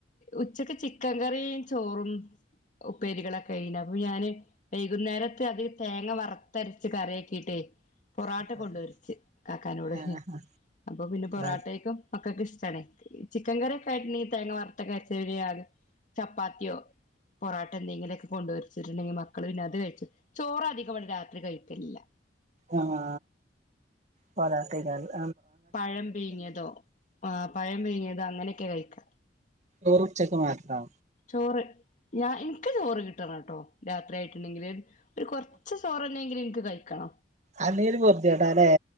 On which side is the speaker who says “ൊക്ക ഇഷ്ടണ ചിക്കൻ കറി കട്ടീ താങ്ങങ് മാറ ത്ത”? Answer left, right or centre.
Left